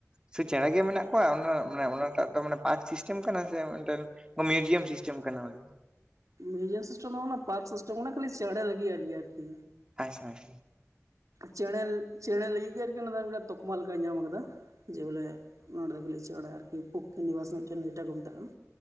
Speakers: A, on the right; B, on the right.
A: ᱥᱮ ᱪᱮᱬᱮ ᱜᱮ ᱢᱮᱱᱟᱜ ᱠᱚᱣᱟ ᱚᱱᱟ ᱢᱟᱱᱮ ᱚᱱᱟᱴᱟᱜ ᱫᱚ ᱢᱟᱱᱮ ᱯᱟᱨᱠ ᱥᱤᱥᱴᱮᱢ ᱠᱟᱱᱟ ᱥᱮ ᱢᱤᱫᱴᱮᱱ ᱢᱤᱭᱩᱡᱤᱭᱟᱢ ᱥᱤᱥᱴᱮᱢ ᱪᱢ ᱠᱟᱱᱟ <unintelligible>
B: ᱢᱤᱭᱩᱡᱤᱭᱟᱢ ᱥᱤᱥᱴᱮᱢ ᱫᱚ ᱯᱟᱨᱠ ᱥᱤᱥᱴᱮᱢ ᱠᱟᱱᱟ ᱠᱷᱟᱹᱞᱤ ᱪᱮᱬᱮ ᱞᱟᱹᱜᱤᱫ ᱟᱨᱠᱤ ᱟᱨᱠᱤ
A: ᱟᱪᱪᱷᱟᱪ
B: ᱪᱮᱬᱮ ᱪᱮᱬᱮ ᱞᱟᱹᱜᱤᱫ ᱜᱮ ᱟᱨᱠᱤ ᱚᱱᱟ ᱢᱤᱫᱴᱟᱝ ᱛᱚᱠᱢᱟ ᱞᱮᱠᱟᱭ ᱧᱟᱢ ᱠᱟᱫᱟ ᱡᱮ ᱵᱚᱞᱮ ᱱᱚᱸᱰᱮ ᱫᱚ ᱪᱮᱬᱮ ᱟᱨᱠᱤ ᱯᱚᱠᱤ ᱱᱤᱵᱟᱥ ᱢᱤᱫᱴᱮᱱ ᱱᱮᱴᱟ ᱠᱚ ᱢᱮᱛᱟᱜ ᱠᱟᱱᱟ